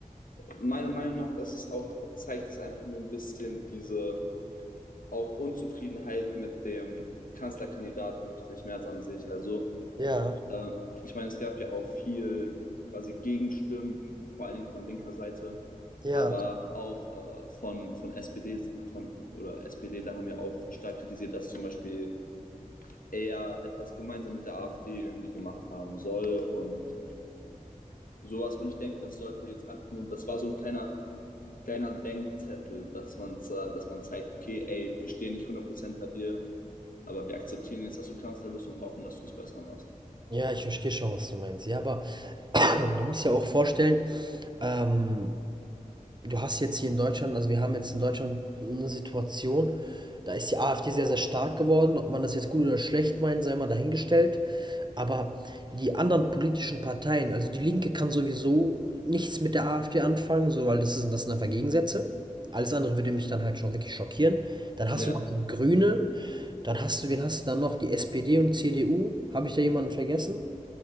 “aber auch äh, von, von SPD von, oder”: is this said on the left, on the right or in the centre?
Left